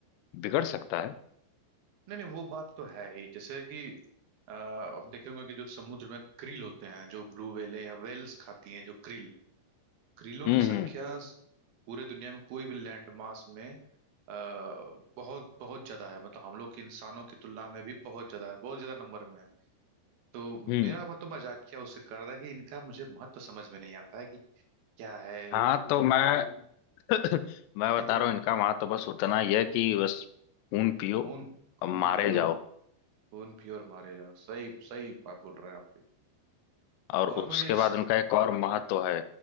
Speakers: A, on the left; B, on the right.
A: बिगड़ सकता है
B: नहीं नहीं वो बात तो है ही जैसे कि अ, आप देखे होंगे कि जो समुद्र में क्रिल होते हैं जो ब्लू व्हेल या व्हेल्स खाती हैं जो क्रिल क्रीलों
A: हम्म
B: की संख्या
A: हम्म
B: स- पूरे दुनिया में कोई भी लैंड मास में आ, बहुत बहुत ज्यादा है मतलब हम लोग के इंसानों की तुलना में भी बहुत ज्यादा है बहुत ज्यादा नंबर में है तो
A: हम्म।
B: मेरा मतलब मजाकिया उससे कर रहा था कि इनका मुझे महत्व समझ में नहीं आता है कि क्या है
A: हाँ तो मैं <coughs> मैं
B: कितना
A: बता रहा हूँ इनका वहां तो बस उतना ही है कि बस खून पियो
B: खून खून
A: और मारे
B: पियो
A: जाओ
B: खून पियो और मारे जाओ सही सही बात बोल रहे हैं आप भी
A: और
B: और
A: उसके
B: मैं ये
A: बाद उनका एक और महत्व है